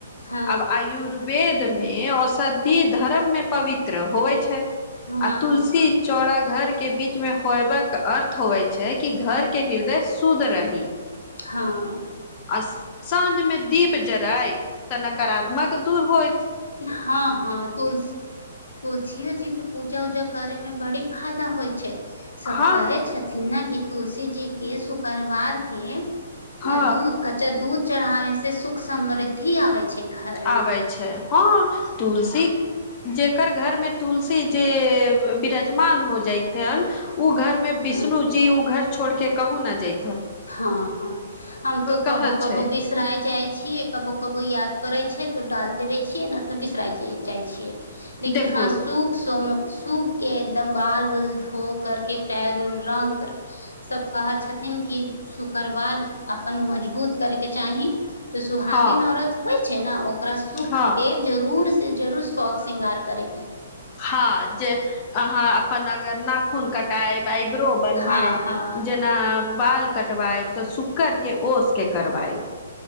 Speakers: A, on the left; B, on the left.
A: हँ
B: अब आयुर। <unintelligible> वेदमे औषधि धर्ममे पवित्र होइ छै। <unintelligible>
A: हँ
B: आ तुलसी चौड़ा घर। <unintelligible> के बीच मे होयब अर्थ होवै छै कि घर के हृदय शुद्ध रही। <unintelligible>
A: हँ। <unintelligible>
B: आ -साँझ में दीप जराय तऽ नकारात्मक दूर होय।
A: हँ -हँ तुलसी। तुलसियओ जी के पूजा उजा करे मे बड़ी फायदा होइ छै। <unintelligible> सभ
B: हँ
A: कहै छथिन ने कि। <unintelligible> तुलसी जीक के शुक्रवारके। न
B: हँ
A: दूध कच्चा दूध। चढ़ावे से सुख समृद्धि आवे छै। छै घरमे।
B: आबै छै हँ -तुलसी। जेकर घरमे तुलसी जे बिराजमान हो जाइततन। ओ घर में बिष्णु
A: हँ
B: जी ओ घर। छोड़ के कहु न जै।
A: हँ हँ हम तो कबो
B: कहल
A: कबो
B: छै
A: बिसराय जाइ छीियै कबो कबो य। पड़े छै तो डाल देवे छये न तऽ बिसराई। जाइ छियै लेकिन
B: देखू
A: हँ सु स। सुूख के दमबाल उल धो कर के पैर उल रंग सब कहै छथिन। क शुक्रवार अपन मजबूत करैके चाही। त सुहागे
B: हँ
A: नौरत होइ। छैना ओ। ओकरा सुख
B: हँ
A: के जरूर। से जरुर शौक श्रृंगार करै।
B: हँ जे। अहााँ अपन अगरनााखून कटाब। बइब्रो बनबय
A: हँ हँ
B: जेना। बाल कटवएब तऽ शुकर के ओस के करवएब।